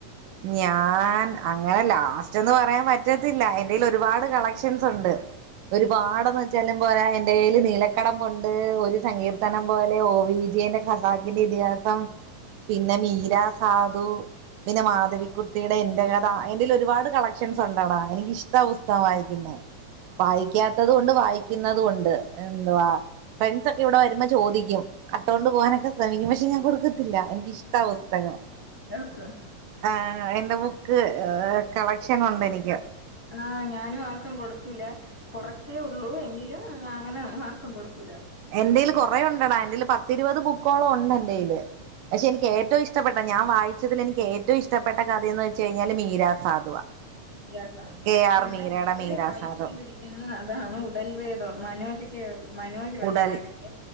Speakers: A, on the right; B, on the left.
A: ഞാൻ അങ്ങനെ ലാസ്റ്റെന്ന് പറയാൻ പറ്റത്തില്ല എൻ്റെയിൽ ഒരുപാട് കളക്ഷൻസ് ഉണ്ട്
B: <inaudible>
A: ഒരുപാട എന്നുവച്ചാ ജലം പോലെ എൻ്റെ കയ്യിൽ നീലക്കടം ഉണ്ട് ഒരു സങ്കീർത്തനം പോലെ ഓ വി വിജയൻ്റെ ഖസാക്കിൻ്റെ ഇതിഹാസം <unintelligible> പിന്നെ മീര സാധു പിന്നെ മാ ധവിക്കുട്ടിയുടെ എന്റെ കഥ എൻ്റെയിൽ ഒരുപാട് കളക്ഷൻസ് ഉണ്ടടാ എനിക്ക് ഇഷ്ടാ പുസ്തകം വായിക്കുന്നേ
B: ആഹ്
A: വായിക്ക ത്തതുവൊണ്ട് വായിക്കുന്നതുവൊണ്ട് എന്തുവാ ഫ്രണ്ട്സ് ഒക്കെ ഇവിടെ വരുമ്പോ ചോദിക്കും കട്ടോണ്ട് പോകാനൊക്കെ ശ്രമിക്കും പക്ഷെ ഞാൻ കൊടുക്കത്തില്ല എനിക്കിഷ്ട
B: കൊടുക്കത്തില്ല
A: പുസ്തകം
B: <unintelligible>
A: ആഹ് എന്റെ ബുക്ക് കളക്ഷൻ ഉണ്ട് എനിക്ക്
B: ആഹ് ഞാനും ആർക്കും കൊടുക്കൂല കൊറച്ചേ ഉള്ളൂ എങ്കിലും <unintelligible> അങ്ങനെ ആർക്കും കൊടുക്കൂല
A: എൻ്റെ കൈയില്
B: ഇപ്പൊ
A: കുറെ ഉണ്ടെടാ എന്റെൽ പത്തിഇരുപത് ബുക്കോളം ഉണ്ട് എൻ്റെ കൈയില് പക്ഷെ എനിക്ക് ഏറ്റവും ഇഷ്ടം ഇഷ്ടപ്പെട്ട ഞാൻ വായിച്ചതില് എനിക്ക് ഏറ്റവും ഇഷ്ടപ്പെട്ട കഥയെന്ന് വെച്ച് കഴിഞ്ഞാല് മീരാ സാധുവ
B: മീര സാധു
A: കെ ആർ
B: ഞാൻ
A: മീരയുടെ
B: ഇപ്പഴും
A: മീരാ
B: വായിച്ചൊണ്ടിരിക്കുന്ന
A: സാധു
B: അതാണ് ഉടൽവേദം മനോജ് <unintelligible> മനോജ് വെള്ളനാടിന്റെ
A: ഉടൽ